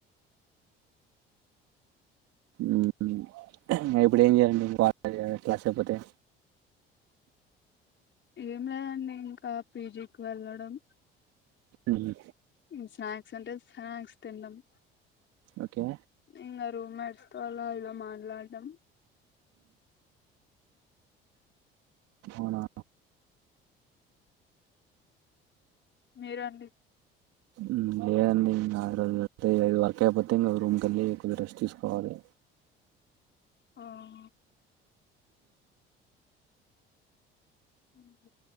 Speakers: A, on the right (about 55°); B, on the left (about 40°).
A: ఉహుమ్ ఇపుడు ఏం చేయాలండి పర్ట్ టై జేయాలా క్లాస్ అయిపోతే
B: ఏం లేదండి ఇంకా పీజిక్ వేళ్ళడం
A: ఉమ్,
B: మ్ స్నాక్ సన్ టెంట్స్ స్యక్ తిన్ డమ్
A: ఓకే
B: ఇంగ రూమెట్ స్తలా ఇలా మాట్లాడమ్
A: ఔనా
B: మీరండి
A: ఉమ్ లేయండి ఇంగ ర ర్ తయ్ ఐ దో వర్ కయిపోతే ఇంగ రూమ్ కేళ్లి కొద్ రెస్ట్ తీస్ కోవాలి
B: ఆ ఆ హ్మ్